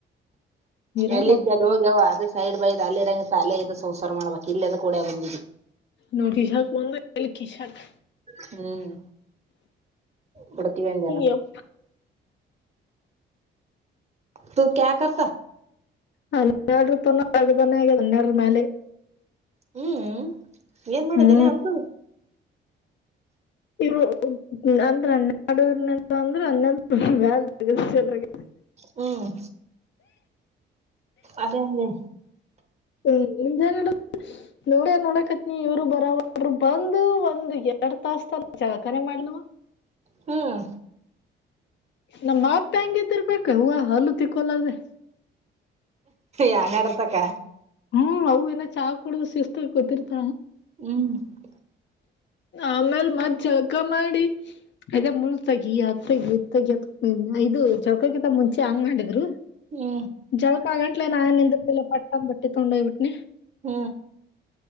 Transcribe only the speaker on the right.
ಎಲ್ಲಿದ್ದಲ್ಲೋ
ಹೋಗ್ಯವು ಅಷ್ಟ್ ಸೈಡ್ ಬೈದು ಅಲ್ಲಿ ಇರಂಗ ಅದು ಸಂಸಾರ ಮಾಡ್ಬೇಕು ಇಲ್ಲೇದು ಕಡ ಬಂದಿದ್ದು.
ಹ್ಮ್ ಕೊಡತ್ತೀವಿ ಅಂದಲ್ಲ
ತು ಕ್ಯಾ ಕರತ
ಹ್ಮ್ ಏನ್ ಮಾಡಿದೆಲ್ಲ
ಅಂತೂ
ಹ್ಮ್ ಅದೇಲ್ಲೇ
ಹ್ಮ್
ಯಾ ನಡ್ತಕ್ಕ.
ಹ್ಮ.
ಹ್ಮ.
ಹ್ಮ.